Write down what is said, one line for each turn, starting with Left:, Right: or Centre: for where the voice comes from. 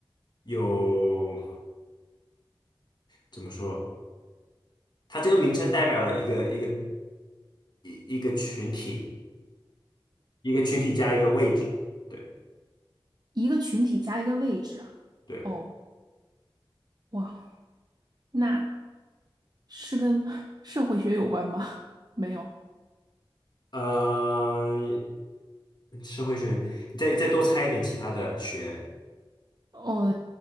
Left: 有怎么说？它这个名称代表了一个一个一一个群体，一个群体加一个位置，对
Right: 一个群体加一个位置啊哦，
Left: 对，
Right: 哇，那。是跟社会学有关吗？没有。
Left: 呃，社会学，你再再多猜一点其他的学，
Right: 哦，